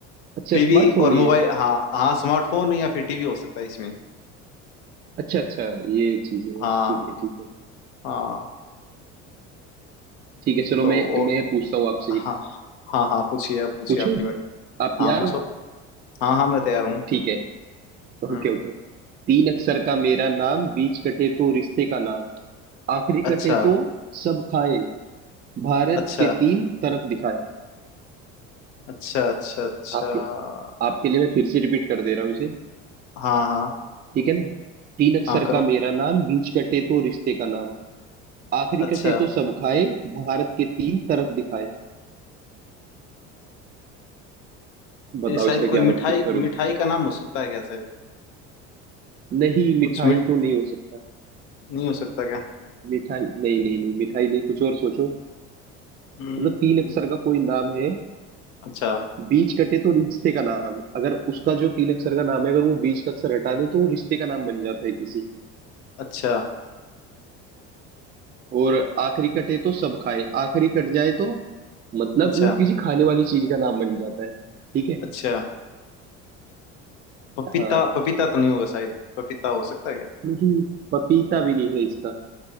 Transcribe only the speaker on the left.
टीवी
और
मोबाइल
हाँ हाँ स्मार्टफोन या फिर टीवी हो सकता है इसमें
हाँ
हाँ
तो
और
हाँ
हाँ हाँ पूछिए आप पूछिए
आपकी बारी
हाँ पूछो
हाँ हाँ मैं तैयार हूँ
हम्म
अच्छा
अच्छा
अच्छा अच्छा अच्छा
हाँ हाँ
हाँ करो
अच्छा
ये शायद
कोई
मिठाई
मिठाई
का नाम हो सकता है क्या शायद
कुछ
मिठ
नहीं हो सकता क्या
हम्म
अच्छा
अच्छा
अच्छा
अच्छा पपीता
पपीता तो नहीं होगा शायद पपीता हो सकता है क्या